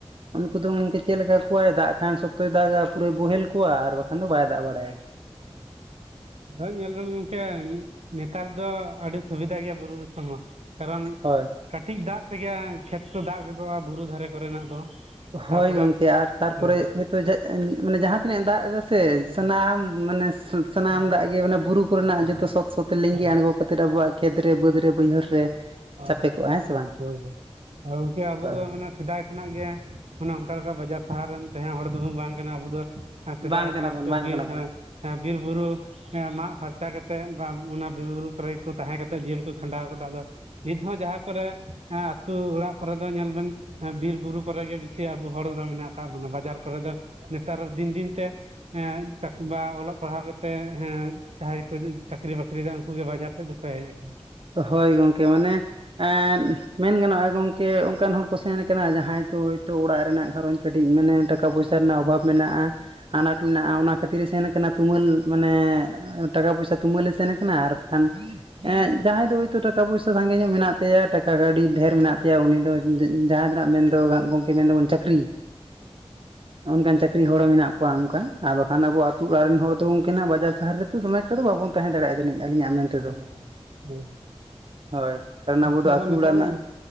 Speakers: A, on the right; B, on the right.
A: ᱩᱱᱠᱩ ᱫᱚ ᱜᱚᱝᱠᱮ ᱪᱮᱫ ᱞᱮᱠᱟ ᱠᱚᱣᱟᱭ ᱫᱟᱜ ᱠᱷᱟᱱ ᱥᱚᱠᱛᱚᱭ ᱫᱟᱜᱟ ᱯᱩᱨᱟᱹᱭ ᱵᱳᱦᱮᱞ ᱠᱚᱣᱟ ᱟᱨ ᱵᱟᱠᱷᱟᱱ ᱫᱚ ᱵᱟᱭ ᱫᱟᱜ ᱵᱟᱲᱟᱭᱟ᱾
B: <inaudible> ᱦᱳᱭ ᱧᱮᱞ ᱵᱮᱱ ᱜᱚᱝᱠᱮ ᱱᱮᱛᱟᱨ ᱫᱚ ᱟᱰᱤ ᱥᱩᱵᱤᱫᱷᱟ ᱜᱮᱭᱟ ᱵᱩᱨᱩ ᱫᱤᱥᱚᱢ ᱦᱚᱸ, ᱠᱟᱨᱚᱱ
A: ᱦᱳᱭ᱾
B: ᱠᱟᱴᱤᱡ ᱫᱟᱜ ᱛᱮᱜᱮ ᱠᱷᱮᱛ ᱠᱚ ᱫᱟᱜ ᱜᱚᱫᱚᱜ-ᱟ ᱵᱩᱨᱩ ᱫᱷᱟᱨᱮ ᱠᱚᱨᱮᱱᱟᱜ ᱫᱚ, ᱛᱟᱯᱚᱨᱮ
A: ᱦᱳᱭ ᱜᱚᱝᱠᱮ ᱟᱨ ᱛᱟᱨᱯᱚᱨᱮ
B: ᱦᱳᱭ
A: ᱦᱳᱭᱛᱳ ᱡᱟ ᱢᱟᱱᱮ ᱡᱟᱦᱟᱸ ᱛᱤᱱᱟᱹᱜ ᱫᱟᱜ ᱮ ᱫᱟᱭ ᱥᱮ
B: ᱦᱳᱭ
A: ᱥᱟᱱᱟᱢ ᱢᱟᱱᱮ ᱥᱟᱱᱟᱢ
B: ᱦᱳᱭ
A: ᱫᱟᱜ ᱜᱮ ᱚᱱᱟ ᱵᱩᱨᱩ ᱠᱚᱨᱮᱱᱟᱜ
B: ᱦᱳᱭ
A: ᱡᱚᱛᱚ ᱥᱚᱛ ᱥᱚᱛ ᱞᱤᱸᱜᱤ
B: ᱦᱳᱭ ᱦᱳᱭ
A: ᱟᱬᱜᱚ ᱠᱟᱛᱮᱫ ᱟᱵᱚᱣᱟᱜ ᱠᱷᱮᱛ ᱨᱮ ᱵᱟᱹᱫᱽ ᱨᱮ ᱵᱟᱹᱭᱦᱟᱹᱲ ᱨᱮ
B: ᱦᱮᱸ
A: ᱪᱟᱯᱮ
B: ᱦᱳᱭ
A: ᱠᱚᱜᱼᱟ ᱦᱮᱸ ᱥᱮ ᱵᱟᱝ
B: ᱦᱳᱭ ᱦᱳᱭ ᱟᱨ ᱜᱚᱝᱠᱮ ᱟᱵᱚ
A: ᱦᱳᱭ
B: ᱫᱚ ᱢᱟᱱᱮ ᱥᱮᱫᱟᱭ ᱠᱷᱚᱱᱟᱜ ᱜᱮ ᱢᱟᱱᱮ ᱚᱱᱠᱟ ᱞᱮᱠᱟ ᱵᱟᱡᱟᱨ ᱥᱟᱦᱟᱨ ᱨᱮᱱ ᱛᱟᱦᱮᱸ ᱦᱚᱲ ᱫᱚᱵᱚᱱ ᱵᱟᱝ ᱠᱟᱱᱟ ᱟᱵᱚ ᱫᱚ, ᱟᱨ ᱥᱮᱫᱟᱭ
A: ᱵᱟᱝ
B: ᱦᱟᱯᱲᱟᱢ
A: ᱠᱟᱱᱟ ᱵᱚᱱ
B: ᱠᱚ
A: ᱵᱟᱝ
B: ᱵᱤᱨ
A: ᱠᱟᱱᱟ ᱵᱚᱱ
B: ᱦᱟᱸ ᱦᱟᱸ ᱵᱤᱨ ᱵᱩᱨᱩ ᱦᱮᱸ ᱢᱟᱜ ᱯᱷᱟᱨᱪᱟ ᱠᱟᱛᱮ ᱵᱟ ᱚᱱᱟ ᱵᱤᱨ ᱵᱩᱨᱩ ᱠᱚᱨᱮ ᱠᱚ ᱛᱟᱦᱮᱸ ᱠᱟᱛᱮ ᱠᱟ ᱡᱤᱭᱟᱹᱱ ᱠᱚ ᱠᱷᱟᱸᱰᱟᱣ ᱠᱟᱫᱟ ᱟᱫᱚ ᱱᱤᱛ ᱦᱚᱸ ᱡᱟᱦᱟᱸ ᱠᱚᱨᱮ ᱦᱮᱸ ᱟᱛᱩ ᱚᱲᱟᱜ ᱠᱚᱨᱮ ᱫᱚ ᱧᱮᱞ ᱵᱮᱱ ᱵᱤᱨ ᱵᱩᱨᱩ ᱠᱚᱨᱮ ᱜᱮ ᱵᱮᱥᱤ ᱟᱵᱚ ᱦᱚᱲ ᱫᱚ ᱢᱮᱱᱟᱜ ᱠᱟᱜ ᱵᱩᱱᱟ ᱵᱟᱡᱟᱨ ᱠᱚᱨᱮ ᱫᱚ ᱱᱮᱛᱟᱨ ᱫᱤᱱ ᱫᱤᱱ ᱛᱮ ᱦᱮᱸ ᱪᱟᱠ ᱵᱟ ᱚᱞᱚᱜ ᱯᱟᱲᱦᱟᱣ ᱠᱟᱛᱮ ᱦᱮᱸ ᱡᱟᱦᱟᱸᱭ ᱠᱚ ᱪᱟᱠᱨᱤ ᱵᱟᱠᱨᱤᱭ ᱫᱟ ᱩᱝ ᱠᱩ ᱜᱮ ᱵᱟᱡᱟᱨ ᱥᱮᱫ ᱫᱚᱠᱚ ᱦᱮᱡ ᱠᱟᱱᱟ᱾
A: ᱦᱳᱭ ᱜᱚᱝᱠᱮ ᱢᱟᱱᱮ ᱮᱸᱫ ᱢᱮᱱ ᱜᱟᱱᱚᱜᱼᱟ ᱜᱚᱝᱠᱮ ᱚᱱᱠᱟᱱ ᱦᱚᱲ ᱠᱚ ᱥᱮᱱ ᱠᱟᱱᱟ ᱡᱟᱦᱟᱸᱭ ᱫᱚ ᱦᱳᱭᱛᱳ ᱚᱲᱟᱜ ᱨᱮᱱᱟᱜ ᱜᱷᱟᱨᱚᱸᱡᱽ ᱠᱟᱹᱴᱤᱡ ᱢᱮᱱᱮ ᱴᱟᱠᱟ ᱯᱚᱭᱥᱟ ᱨᱮᱱᱟᱜ ᱚᱵᱷᱟᱵᱽ ᱢᱮᱱᱟᱜᱼᱟ ᱟᱱᱟᱴ ᱢᱮᱱᱟᱜᱼᱟ ᱚᱱᱟ ᱠᱷᱟᱹᱛᱤᱨ ᱮ ᱥᱮᱱ ᱠᱟᱱᱟ ᱛᱩᱢᱟᱹᱞ ᱢᱟᱱᱮ ᱴᱟᱠᱟ ᱯᱚᱭᱥᱟ ᱛᱩᱢᱟᱹᱞᱮ ᱥᱮᱱ ᱠᱟᱱᱟ ᱟᱨ ᱠᱷᱟᱱ ᱮᱸᱜ ᱡᱟᱦᱟᱸᱭ ᱫᱚ ᱦᱳᱭᱛᱳ ᱴᱟᱠᱟ ᱯᱚᱭᱥᱟ ᱥᱟᱸᱜᱮ ᱧᱚᱜ ᱢᱮᱱᱟᱜ ᱛᱟᱭᱟ ᱴᱟᱠᱟ ᱠᱟᱹᱣᱰᱤ ᱰᱷᱮᱨ ᱢᱮᱱᱟᱜ ᱛᱟᱭᱟ ᱩᱱᱤ ᱫᱚ ᱡᱟᱦᱟᱸ ᱛᱤᱱᱟᱜ ᱢᱮᱱᱫᱚ ᱜᱚᱝᱠᱮ ᱢᱮᱱ ᱫᱟᱵᱚᱱ ᱪᱟᱠᱨᱤ ᱚᱱᱠᱟᱱ ᱪᱟᱠ ᱨᱤ ᱦᱚᱲ ᱢᱮᱱᱟᱜ ᱠᱚᱣᱟ ᱚᱱᱠᱟ ᱟᱨ ᱵᱟᱠᱷᱟᱱ ᱟᱵᱚ ᱟᱛᱩ ᱚᱲᱟᱜ ᱨᱮᱱ ᱦᱚᱲ ᱫᱚ ᱛᱟᱦᱮᱸᱱᱟ ᱵᱟᱡᱟᱨ ᱥᱟᱦᱟᱨ ᱨᱮᱫᱚ ᱫᱚᱢᱮ ᱮᱠᱴᱟ ᱫᱚ ᱵᱟᱵᱚᱱ ᱛᱟᱦᱮᱸ ᱫᱮᱲᱮᱭᱟᱜ-ᱟ ᱡᱟᱹᱱᱤᱡ ᱟᱞᱤᱧᱟᱜ ᱢᱮᱱ ᱛᱮᱫᱚ
B: ᱦᱮᱸ <unintelligible>
A: ᱦᱳᱭ᱾ ᱠᱟᱨᱚᱱ
B: ᱜᱚᱝᱠᱮ
A: ᱟᱵᱚ ᱫᱚ ᱟᱹᱛᱩ
B: ᱟᱫᱚ ᱱᱮᱛᱟᱨ
A: ᱚᱲᱟᱜ ᱨᱮᱱᱟᱜ
B: ᱦᱳᱭ